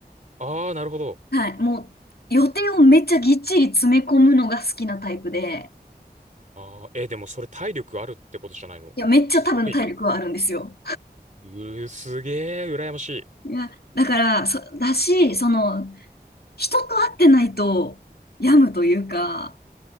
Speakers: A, on the right; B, on the left.
A: ああ、なるほど。
B: はい。もう、予定をめっちゃぎっちり詰め込むのが好きなタイプで、
A: ああ、えー、でもそれ体力あるってことじゃないのすごい。
B: いや、めっちゃ多分体力はあるんですよ。
A: うー、すげえ、羨ましい。
B: いや、だから、そ、だし、その、人と会ってないと、病むというか、